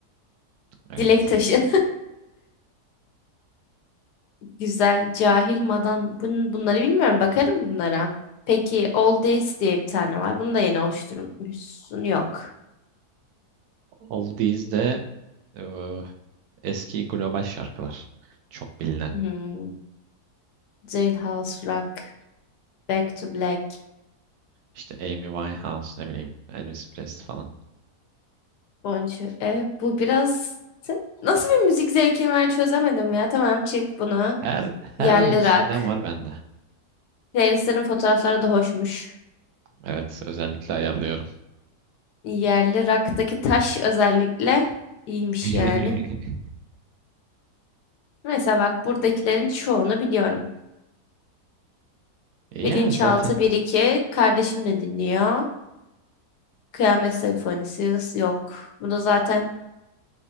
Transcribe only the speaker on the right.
Evet.
Oldies de e, eski global şarkılar. Çok bilinen.
İşte Amy Winehouse ne bileyim Elvis Presley falan.
Her her
şeyden
var bende.
Evet özellikle ayarlıyorum.
<laughs>
E,
Yani zaten